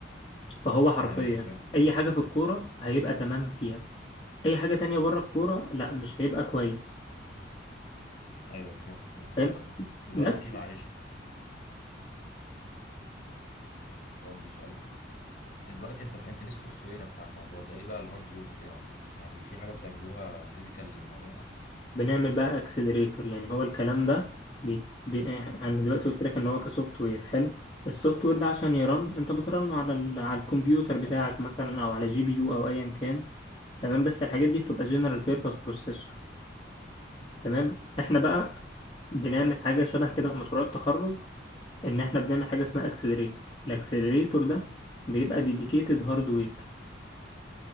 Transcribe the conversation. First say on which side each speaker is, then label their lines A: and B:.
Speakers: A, on the left; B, on the left.
A: فهو حرفيا
B: ايوه فهمت
A: أي حاجة في الكورة هيبقى تمام فيها أي حاجة تانية بره الكورة لا مش هيبقى كويس
B: ايوه فهمت
A: فاهم
B: طب دلوقتي
A: نفس
B: معلش برضه سؤال تاني دلوقتي انت فهمتني السوفت وير بتاع الموضوع ده ايه بقى الهاردوير بتاعه يعني في حاجه بتعملوها فيزيكال للموضوع ده
A: وبنعمل بقى اكسلريتور يعني هو الكلام ده بي... بي... أنا دلوقتي قلت لك إن هو كسوفت وير حلو السوفت وير ده عشان يرن أنت بترن على ال... على الكمبيوتر بتاعك
B: حلو
A: مثلا أو على جي بي يو أو أيا كان تمام بس الحاجات دي بتبقى جنرال بيربز بروسيسور تمام احنا بقى بنعمل
B: ف...
A: حاجه شبه
B: تمام
A: كده في مشروع التخرج ان احنا بنعمل حاجه اسمها اكسلريتور الاكسلريتور ده بيبقى ديديكيتد هاردوير